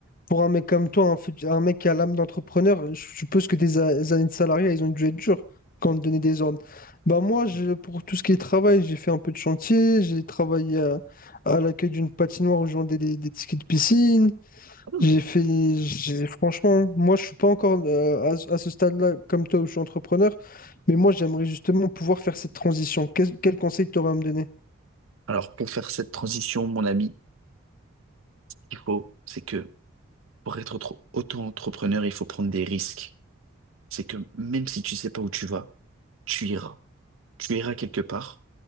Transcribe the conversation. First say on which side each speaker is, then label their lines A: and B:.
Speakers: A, on the left; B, on the right.
A: pour un mec comme toi, un, fut- un mec qui a l'âme d'entrepreneur, je suppose que tes a- années de salariat, ils ont dû être durs quand on te donnait des ordres. Bah moi, je, pour tout ce qui est travail, j'ai fait un peu de chantier, j'ai travaillé à, à l'accueil d'une patinoire où je vendais des, des tickets de piscine.
B: Hmm.
A: J'ai fait, j'ai- franchement, moi, je suis pas encore euh, à, ce à ce stade-là comme toi où je suis entrepreneur, mais moi, j'aimerais justement pouvoir faire cette transition. Qu'est- quel conseil tu aurais à me donner?
B: Alors, pour faire cette transition, mon ami, il faut, c'est que pour être auto- auto-entrepreneur, il faut prendre des risques. C'est que même si tu sais pas où tu vas, tu iras. Tu iras quelque part.